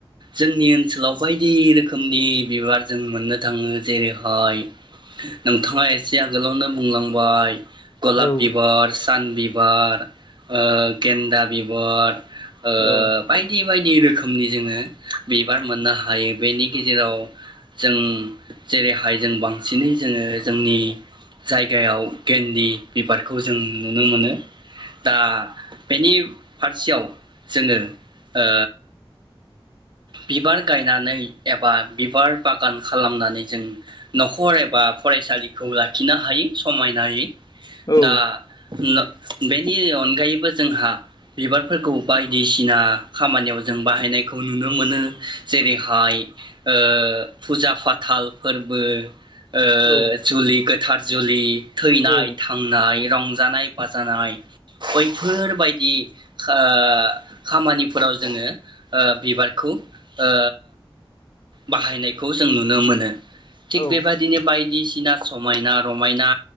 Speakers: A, on the right; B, on the left.
A: जोंनि ओनसोलाव बायदि रोखोमनि बिबार जों मोननो थाङो जेरैहाय नोंथाङा एसे आगोलावनो बुंलांबाय गलाप
B: औ
A: बिबार सान बिबार ओ गेन्दा बिबार ओ
B: औ
A: बायदि बे बायदि रोखोमनि जोङो बिबार मोननो हायो बेनि गेजेराव जों जेरैहाय जों बांसिनै जोङो जोंनि जायगायाव गन्दि बिबारखौ जों नुनो मोनो दा बेनि फारसेयाव जोङो ओ बिबार गायनानै एबा बिबार बागान खालामनानै जों न'खर एबा फरायसालिखौ लाखिनो हायो समायनायै
B: औ
A: दा न बेनि अनगायैबो जोंहा बिबारफोरखौ बायदिसिना खामानियाव जों बाहायनायखौ नुनो मोनो जेरैहाय ओ फुजा फाथाल फोरबो ओ
B: औ
A: जुलि थारजुलि थैनाय
B: औ
A: थांनाय रंजानाय बाजानाय बैफोरबायदि खो खामानिफोराव जोङो ओ बिबारखौ ओ बाहायनायखौ जों नुनो मोनो। थिक
B: औ
A: बेबादिनो बाय बायदिसिना समायना रमायना